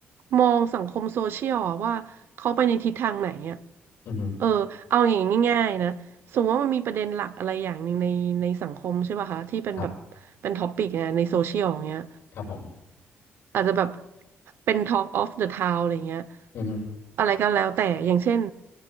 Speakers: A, on the right; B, on the left.
A: มองสังคมโซเชียลอะว่าเขาไปในทิศทางไหนอะ
B: อือฮึ
A: เออเอาอย่างง่ายๆนะ สมมติว่ามันมีประเด็นหลักอะไรอย่างหนึ่งในในสังคมใช่ป่ะคะที่เป็นแบบเป็นท็อปิกเนี่ยในโซเชียลอย่างเงี้ย
B: ครับครับผม
A: อาจจะแบบเป็น Talk of the Town อะไรเงี้ย
B: อือฮึ
A: อะไรก็แล้วแต่อย่างเช่น